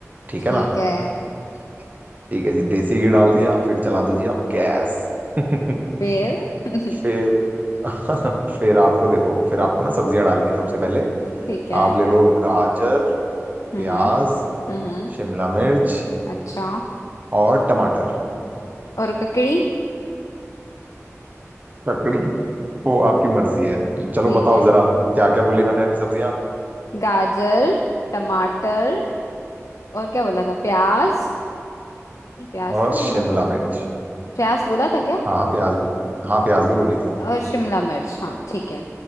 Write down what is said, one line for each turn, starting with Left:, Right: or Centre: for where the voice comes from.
Right: ठीक
Left: ठीक
Right: है ना
Left: है
Right: ठीक है ठीक है जी देसी घी डाल दिया फिर चला
Left: हम्म,
Right: दो जी आप गैस <laughs>
Left: फिर <laughs>
Right: फिर <laughs> फिर आपको देखो फिर आपको ना सब्जियां डालनी है सबसे पहले
Left: ठीक है
Right: आप ले लो गाजर
Left: हम्म
Right: प्याज
Left: हम्म
Right: शिमला मिर्च
Left: अच्छा
Right: और टमाटर
Left: और ककड़ी
Right: ककड़ी वो आपकी मर्जी है चलो
Left: ठीक
Right: बताओ
Left: है
Right: जरा क्या क्या बोली मैंने अभी सब्जियां
Left: गाजर टमाटर और क्या बोला था प्याज नहीं प्याज
Right: और
Left: तो नहीं
Right: शिमला
Left: बोला
Right: मिर्च
Left: प्याज बोला था क्या
Right: हाँ हाँ प्याज भी हाँ प्याज भी बोली थी
Left: और शिमला मिर्च हाँ ठीक है